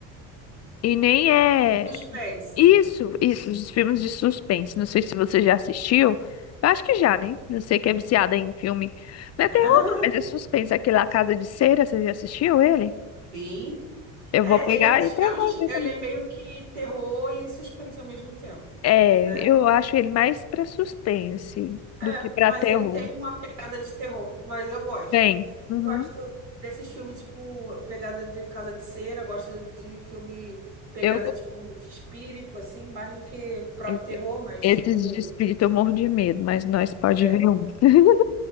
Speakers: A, on the left; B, on the right.
A: e nem é
B: Suspense.
A: isso, isso, os filmes de suspense. Não sei se você já assistiu. Eu acho que já, né? Não sei que é viciada em filme. Não é terror,
B: <laughs>
A: não, mas é suspense. Aquele A Casa de Cera, você já assistiu ele?
B: Bem.
A: Eu
B: É,
A: vou pegar
B: ele é, ti-
A: e pra
B: é um, ti-
A: nós ver
B: ele
A: também.
B: é meio que terror e suspense ao mesmo tempo,
A: É,
B: né?
A: eu acho ele mais pra suspense do
B: É,
A: que pra
B: mas
A: terror.
B: ele tem uma pegada de terror, mas eu gosto.
A: Tem. Uhum.
B: Eu gosto desses filmes, tipo, pegada de Casa de Cera, gosto de filme pegada,
A: Eu,
B: tipo, de espírito, assim, mais do que próprio
A: e-
B: terror, mas,
A: esses
B: tipo,
A: de espírito eu morro de medo, mas nós pode
B: é,
A: ver um. <laughs>